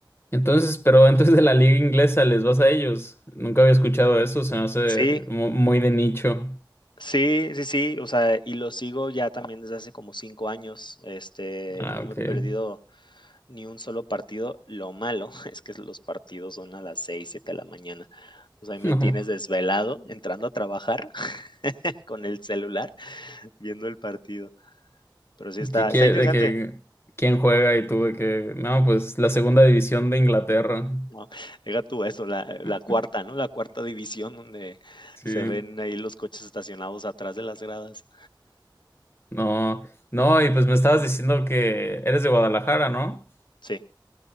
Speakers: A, on the left (about 30°); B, on the left (about 70°).
A: Entonces, pero entonces de la liga inglesa les vas a ellos. Nunca había escuchado eso, se me hace
B: Sí,
A: mu- muy de nicho.
B: sí, sí, sí, o sea, y lo sigo ya también desde hace como cinco años, este,
A: Ah,
B: no
A: ok.
B: me he
A: <laughs>
B: perdido ni un solo partido, lo malo <laughs> es que los partidos son a las 6 7 de la mañana, entonces ahí me
A: No.
B: tienes desvelado entrando a trabajar <laughs> con el celular <laughs> viendo el partido, pero sí está,
A: ¿Qué- qué-
B: está interesante,
A: de que quién juega y tú de que... No, pues la segunda división de Inglaterra.
B: no, deja tú eso, la, la
A: <laughs>
B: cuarta, ¿no? La cuarta división donde
A: Sí.
B: se ven ahí los coches estacionados atrás de las gradas.
A: No, no, y pues me estabas diciendo que eres de Guadalajara, ¿no?
B: Sí.